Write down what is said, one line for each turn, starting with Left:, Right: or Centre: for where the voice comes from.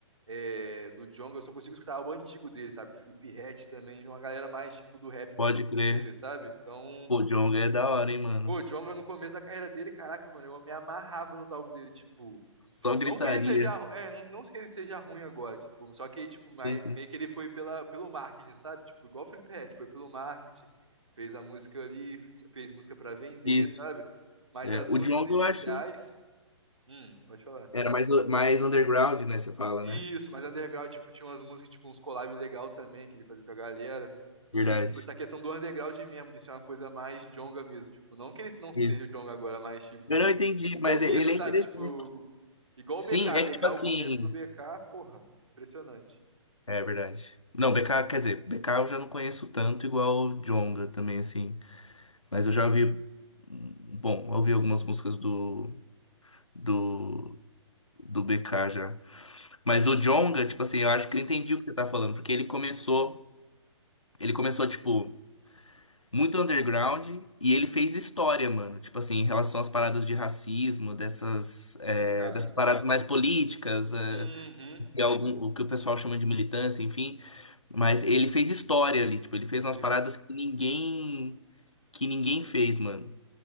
Right: é, do Djonga, eu só consigo escutar álbum antigo dele, sabe? Felipe Ret também, é uma galera mais, tipo, do rap
Left: Pode
Right: que sempre
Left: crer.
Right: teve, sabe? Então,
Left: Pô, Djonga é da hora, hein, mano?
Right: Pô, Djonga no começo da carreira dele, caraca, mano, eu me amarrava nos álbuns dele, tipo.
Left: Só
Right: Tipo,
Left: gritaria.
Right: não que ele seja. ru- É, não, não que ele seja ruim agora, tipo, só que, tipo, mai-
Left: Sim, sim.
Right: meio que ele foi pela, pelo marketing, sabe? Tipo, igual o Felipe Ret, foi pelo marketing, fez a música ali, fez música pra vender,
Left: Isso.
Right: sabe? Mas
Left: É,
Right: as músicas
Left: o Djonga,
Right: iniciais.
Left: eu acho,
Right: Hum, pode falar.
Left: era mais, mais underground, né? Você fala,
Right: Isso,
Left: né?
Right: mas underground, tipo, tinha umas músicas, tipo, uns collab legal também que ele fazia com a galera. E,
Left: Verdade.
Right: tipo, essa questão do underground mesmo, de ser uma coisa mais jonga mesmo. Tipo, não que ele não seja
Left: Isso.
Right: o jonga agora, mas, tipo,
Left: Eu não entendi,
Right: o
Left: mas
Right: começo,
Left: ele
Right: sabe?
Left: é interessante.
Right: Tipo, igual
Left: Sim,
Right: o BK.
Left: é
Right: BK,
Left: que tipo assim.
Right: o começo do BK, porra, impressionante.
Left: É verdade. Não, BK, quer dizer, BK eu já não conheço tanto igual o Djonga também, assim. Mas eu já ouvi. Bom, eu ouvi algumas músicas do, do, do BK já. Mas o Djonga, tipo assim, eu acho
Right: Hum,
Left: que eu entendi o que você tá falando, porque ele começou. Ele começou, tipo, muito underground e ele fez história, mano. Tipo assim, em relação às paradas de racismo, dessas,
Right: sim,
Left: é,
Right: cara.
Left: dessas paradas mais políticas, é,
Right: Uhum.
Left: e algum, o que o pessoal chama de militância, enfim. Mas ele fez história ali, tipo, ele fez umas
Right: Ele,
Left: paradas que ninguém, que ninguém fez, mano.